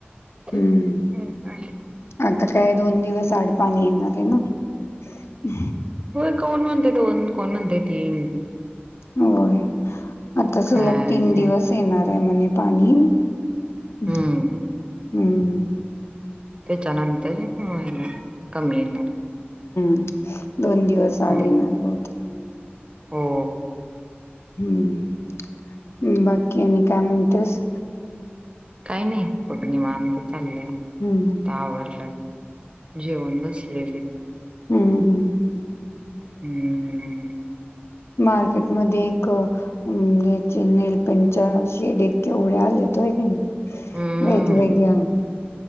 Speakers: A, on the left; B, on the right.
A: हं,
B: हम् आहे
A: आता काय दोन दिवस अ साड पाणी येनारे ना हम
B: त कोण म्हणत? दोन कोण म्हणतय तीन
A: होय आता सलग
B: कायच
A: तीन
B: नाही
A: दिवस येणार आहे म्हणे पाणी हम्
B: हम्म
A: हम्म
B: त्याच्यानंतर होइना कमी येणार
A: ह दोन दिवस
B: ह
A: आड येणार भो
B: हो
A: हम्म बाकी आणि काय म्हणत्यात
B: काही नाही पगनिमांत चाललं आता
A: हं,
B: आवरलं जेवण बसलेले
A: हम्म हम्म
B: हम्म
A: मार्केटमध्ये एक अं, याचे नेलपंच्या शेड केवड्या आलेतय ग
B: हम्म
A: वेगवेगळ्या